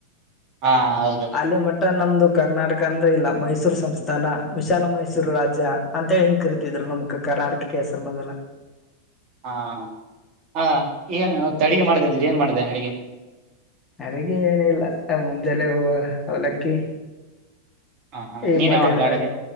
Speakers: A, on the right (about 40°); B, on the left (about 20°).
A: ಹಾ ಹೌದು
B: ಅಲ್ಲಿ ಮಟ್ಟ ನಮ್ದು ಕರ್ನಾಟಕ ಅಂದರೆೆ ಇಲ್ಲ, ಮೈಸೂರು ಸಂಸ್ಥಾನ ವಿಶಾಲ ಮೈಸೂರು ರಾಜ್ಯ ಅಂತ ಹಿಂಗ ಕರಿತಿದ್ರು ನಮ್ಗೆ ಕರ್ನಾಟಕಕ್ಕೆ ಹೆಸರು ಮೊದಲೆಲ್ಲ
A: ಹಾ ಹ ಇವತ್ತು ಅಡಗೆ ಮಾಡ್ದ ಅಂದ್ಯಲ್ಲ ಏನ್ ಮಾಡಿದೆ ಅಡಗೆ?
B: ಅಡುಗೆ ಏನ ಇಲ್ಲ, ಮುಂಜಲ್ಲೆ ಅವಲಕ್ಕಿ
A: ಹ ಹಾ
B: ಈ
A: ನೀನೇ
B: ಮಧ್ಯಾಹ್ನದಾಗ.
A: ಮಾಡ್ದ ಅಡಗೆ